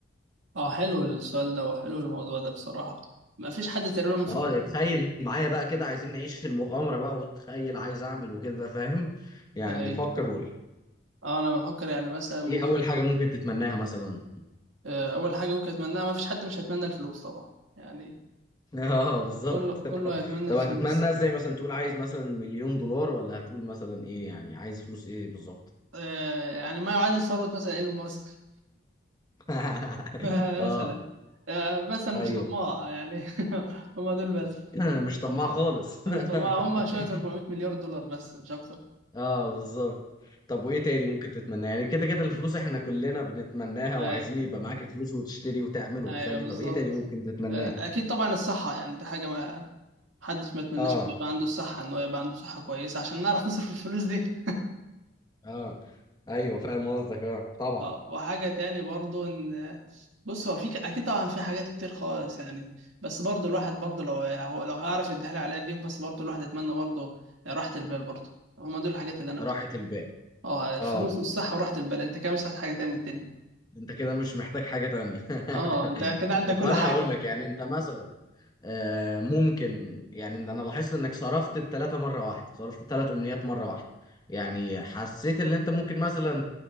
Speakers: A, on the right; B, on the left.
A: اه حلو السؤال ده وحلو الموضوع ده بصراحه ما فيش حد تقريبا مفكر
B: اه تخيل معايا بقى كده عايزين نعيش في المغامره بقى وتخيل عايز اعمل وكده فاهم يعني
A: اي
B: فكر وقول لي
A: اه انا بفكر يعني مثلا ممكن
B: ايه اول حاجه ممكن تتمناها مثلا
A: آه، اول حاجه ممكن اتمناها ما فيش حد مش هيتمنى الفلوس طبعا يعني
B: <laughs> اه بالظبط
A: كله كله
B: <laughs>
A: هيتمنى
B: طب
A: الفلوس
B: هتتمنى ازاي مثلا تقول عايز مثلا مليون دولار ولا هتقول مثلا ايه يعني عايز فلوس ايه بالظبط
A: آه، يعني ما يعادل ثروه مثلا ايلون ماسك
B: <laughs>
A: <laughs>
B: اه
A: مثلا آه، بس انا
B: ايوه
A: مش طماع يعني <laughs> هم دول بس
B: <laughs> مش طماع خالص
A: أنا مش طماع
B: <laughs>
A: هم شويه 400 مليار دولار بس مش اكتر
B: اه بالظبط طب وايه تاني ممكن تتمناه يعني كده كده الفلوس احنا كلنا بنتمناها
A: <laughs>
B: وعايزين
A: ايوه
B: يبقى معاك الفلوس وتشتري وتعمل
A: ايوه
B: وتخلي
A: بالظبط
B: طب ايه تاني ممكن تتمناه
A: آه، اكيد طبعا الصحه يعني دي حاجه ما حدش ما يتمناش
B: اه
A: انه يبقى عنده الصحه ان هو يبقى عنده صحه كويسه عشان نعرف نصرف الفلوس دي
B: اه ايوه فاهم قصدك اه طبعا
A: اه وحاجه تاني برضو ان بص هو في ك- اكيد طبعا في حاجات كتير خالص يعني بس برضو الواحد برضو لو هو لو هيعرف يديها لي على قديم بس برضو الواحد يتمنى برضو راحه البال برضو هما دول الحاجات اللي انا
B: راحة
A: محتاجها
B: البال
A: اه الفلوس
B: اه
A: والصحه وراحه البال انت كده مش عايز حاجه تاني من الدنيا
B: انت كده مش محتاج حاجة تانية
A: اه
B: <laughs>
A: انت كده عندك
B: طب
A: كل
B: انا
A: حاجه
B: هقول لك يعني انت مثلا آه، ممكن يعني ان انا لاحظت انك صرفت التلاتة مرة واحدة صرفت التلات امنيات مرة واحدة يعني حسيت ان انت ممكن مثلا